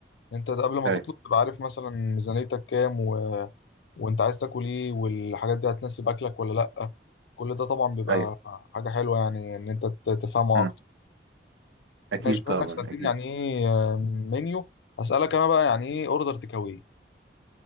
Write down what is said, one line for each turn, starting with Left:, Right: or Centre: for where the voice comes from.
Left: انت قبل ما
Right: ايوه
Left: تطلب تبقى عارف مثلا ميزانيتك كام و... وانت عايز تاكل ايه والحاجات دي هتناسب اكلك ولا لا كل ده طبعا بيبقى
Right: ايوه
Left: حاجة حلوة يعني ان انت ت- تفهمه
Right: امم
Left: اكتر
Right: اكيد
Left: ماشي
Right: طبعا
Left: بما انك سألتني
Right: اكيد
Left: يعني ايه آه، منيو هسألك انا بقى يعني ايه اوردر تكاوي